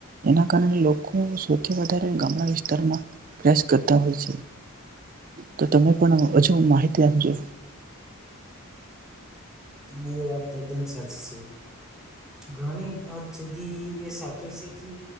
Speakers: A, on the right (about 40°); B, in the centre.
A: એના કારણે લોકો સૌથી વધારે વિસ્તારમાં પ્રયાસ કરતા હોય છે તો તમે પણ હજુ માહિતી આપજો
B: તમારી વાત તદ્દન સાચી છે ઘણી હદ સુધી એ સાચું છે કે